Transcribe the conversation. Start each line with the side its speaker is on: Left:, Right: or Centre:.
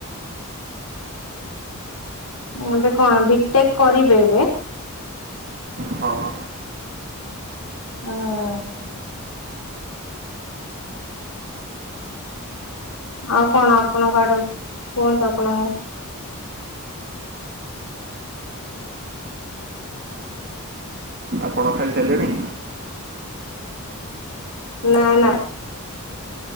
Left: ଏବେ କଣ ବିଟେକ୍ କରିବେ ଏବେ?
Right: ହଁ।
Left: ହଁ। ଆଉ କଣ ଆପଣଙ୍କଆଡେ କୁହନ୍ତୁ ଆପଣଙ୍କୁ
Right: ଆପଣ ଖାଇସାରିଲେଣି?
Left: ନା ନା।